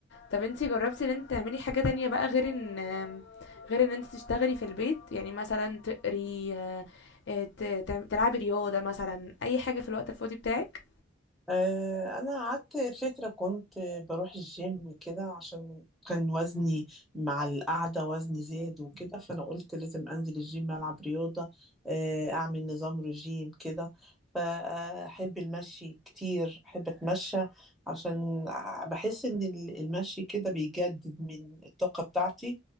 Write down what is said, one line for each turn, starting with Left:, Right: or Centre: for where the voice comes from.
Left: طب انتي جربتي ان انت تعملي حاجه تانية بقى غير ان غير ان انت تشتغلي في البيت يعني مثلا تقري آه، آه، ت- تع- تلعبي رياضه مثلا اي حاجه في الوقت الفاضي بتاعك
Centre: آه، انا قعدت فتره كنت بروح الجيم كده عشان كان وزني مع القعده وزني زاد وكده فانا قلت لازم انزل الجيم العب رياضه آه، اعمل نظام رجيم كده فاحب المشي كتير احب اتمشى عشان بحس ان ال- المشي كده بيجدد من الطاقه بتاعتي